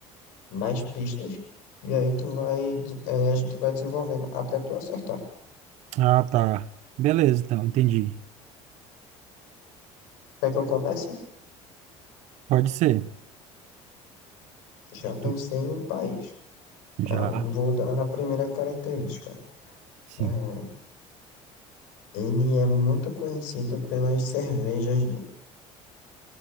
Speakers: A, on the left (about 85°); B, on the right (about 65°).
A: mais pistas, e aí tu vai, aí a gente vai desenvolvendo até tu acertar.
B: ah, tá. Beleza, então, entendi.
A: Quer que eu comece?
B: Pode ser.
A: Já
B: Tu
A: pensei em um país.
B: já,
A: Ah, vou dar a primeira característica.
B: sim,
A: Ah, ele é muito conhecido pelas cervejas dele.